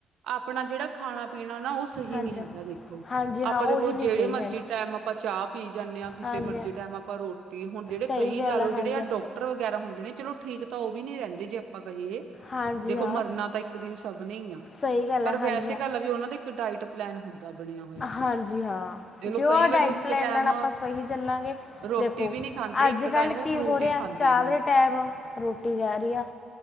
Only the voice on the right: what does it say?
ਆਪਣਾ ਜਿਹੜਾ ਖਾਣਾ ਪੀਣਾ ਨਾ ਉਹ ਸਹੀ
ਨੀ ਹੈਗਾ।
ਦੇਖੋ,
ਆਪਾਂ
ਦੇਖੋ
ਜਿਹੜੇ
ਮਰਜ਼ੀ
ਟਾਈਮ ਆਪਾਂ ਚਾਹ ਪੀ ਜਾਂਨੇ ਆਂ, ਕਿਸੇ
ਮਰਜ਼ੀ
ਟਾਈਮ ਆਪਾਂ ਰੋਟੀ, ਹੁਣ ਜਿਹੜੇ
ਕਈ
ਲਾ ਲਓ
ਜਿਹੜੇ ਆ
ਡੋਕ ਟਰ ਵਗੈਰਾ ਹੁੰਦੇ ਨੇ, ਚਲੋ ਠੀਕ ਤਾਂ ਉਹ ਵੀ ਨੀ ਰਹਿੰਦੇ ਜੇ ਆਪਾਂ ਕਹੀਏ
ਦੇਖੋ,
ਮਰਨਾ ਤਾਂ ਇੱਕ ਦਿਨ ਸਭ ਨੇ ਹੀ ਆ
ਪਰ
ਵੈਸੇ
ਗੱਲ ਆ ਵੀ ਉਹਨਾਂ ਦੇ ਇੱਕ ਡਾਇਟ ਪਲੈਨ ਹੁੰਦਾ ਬਣਿਆ ਹੋਇਆ।
ਚਲੋ
ਕਈ
ਵਾਰੀ ਉਹ ਇੱਕ
ਟੈਮ
ਰੋਟੀ
ਵੀ ਨਹੀਂ ਖਾਂਦੇ,
ਇੱਕ
ਟਾਈਮ ਉਹ
ਫਰੂਟ
ਹੀ ਖਾਂਦੇ
ਨੇ।